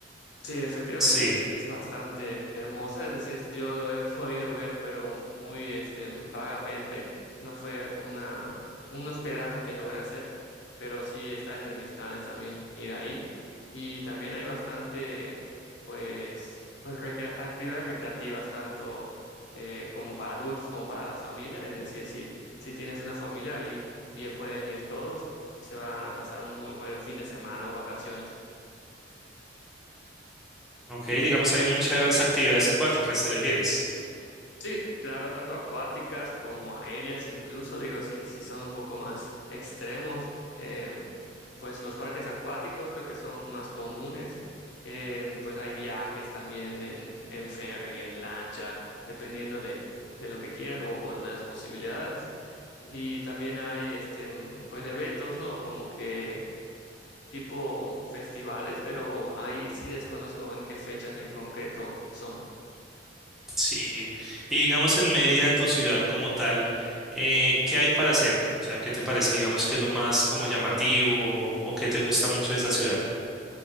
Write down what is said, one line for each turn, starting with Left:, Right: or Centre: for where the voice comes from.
Left: Sí, efectivamente
Centre: Sí.
Left: es, es bastante hermosa, es decir, yo lo he <laughs> podido ver, pero muy este, vagamente. No fue una, un hospedaje que logré hacer, pero sí está entre mis planes también ir ahí. Y también hay bastante, pues, pues recre- actividades recreativas, tanto eh, como para adultos como para la familia. Es decir, si, si tienes una familia, ahí bien pueden ir todos y se van a pasar un muy buen fin de semana o vacaciones.
Centre: Ok, digamos, hay muchas actividades acuáticas, ¿te refieres?
Left: Sí, claro, tanto acuáticas como aéreas, incluso digo, si, si son un poco más extremos, eh, pues los parques acuáticos creo que son más comunes, eh, pues hay viajes también en, en ferry, en lancha, dependiendo de, de lo que quieras o, o de las posibilidades. Y también hay este, mm, pues eventos, ¿no? Como que tipo festivales, pero ahí sí desconozco en qué fechas en concreto son.
Centre: Sí, y digamos en Mérida, tu ciudad como tal, eh, ¿qué hay para hacer? O sea, ¿qué te parece, digamos, que es lo más como llamativo o qué te gusta mucho de esa ciudad?